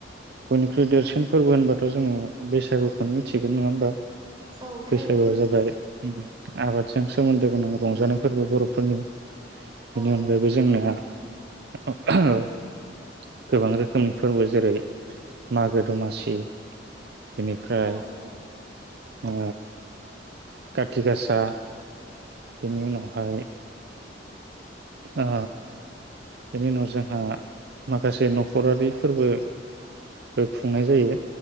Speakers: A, on the right; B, on the right.
A: बयनिख्रुइ देरसिन फोरबो होनबा थ जोङो बैसागुखौनो मिथिगोन नङा होमबा
B: औ थारैनो
A: बैसागोया जाबाय ओम आबादजों सोमोन्दो गोनां रंजानायफोरबो बर'फोरनि बेनि
B: औ
A: अनगायैबो जोंनिया <unintelligible> गोबां रोखोमनि फोरबो जेरै मागो दमासि बेनिफ्राय
B: औ
A: ओ खाथि गासा बेनि उनावहाय ओ बेनि उनाव जोंहा माखासे नखरारि फोरबोबो खुंनाय जायो